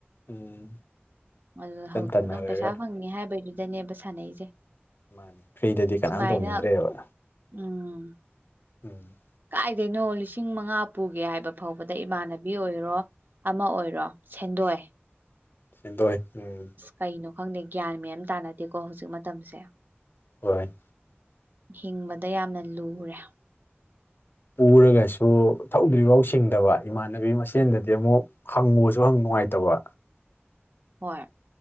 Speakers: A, on the left; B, on the right.
A: ꯎꯝ
B: ꯑꯗꯨ
A: ꯏꯇꯟ
B: ꯍꯧ
A: ꯇꯟꯅꯔꯒ
B: ꯑꯗꯨꯝ ꯄꯩꯁꯥ ꯐꯪꯉꯦ ꯍꯥꯏꯕꯩꯗꯨꯗꯅꯦꯕ ꯁꯥꯟꯅꯩꯁꯦ
A: ꯃꯥꯅꯦ ꯐ꯭ꯔꯤꯗꯗꯤ ꯀꯅꯥꯝ
B: ꯁꯨꯃꯥꯏꯅ
A: ꯇꯧꯅꯤꯡꯗ꯭ꯔꯦꯕ
B: ꯎꯝ
A: ꯎꯝ
B: ꯀꯥꯏꯗꯩꯅꯣ ꯂꯤꯁꯤꯡ ꯃꯉꯥ ꯄꯨꯒꯦ ꯍꯥꯏꯕ ꯐꯥꯎꯕꯗ ꯏꯃꯥꯟꯅꯕꯤ ꯑꯣꯏꯔꯣ ꯑꯃ ꯑꯣꯏꯔꯣ ꯁꯦꯟꯗꯣꯏ
A: ꯁꯦꯟꯗꯣꯏ ꯎꯝ
B: ꯀꯩꯅꯣ ꯈꯪꯗꯦ ꯒ꯭ꯌꯥꯟ ꯃꯦꯟ ꯑꯃꯥ ꯇꯥꯅꯗꯦꯀꯣ ꯍꯧꯖꯤꯛ ꯃꯇꯝꯁꯦ
A: ꯍꯣꯏ
B: ꯍꯤꯡꯕꯗ ꯌꯥꯝꯅ ꯂꯨꯔꯦ
A: ꯄꯨꯔꯒꯁꯨ ꯊꯧꯗ꯭ꯔꯤꯐꯥꯎ ꯁꯤꯡꯗꯕ ꯏꯃꯥꯟꯅꯕꯤ ꯃꯁꯦꯟꯗꯗꯤ ꯑꯃꯨꯛ ꯍꯪꯉꯨꯁꯨ ꯍꯪ ꯅꯨꯡꯉꯥꯏꯇꯕ
B: ꯍꯣꯏ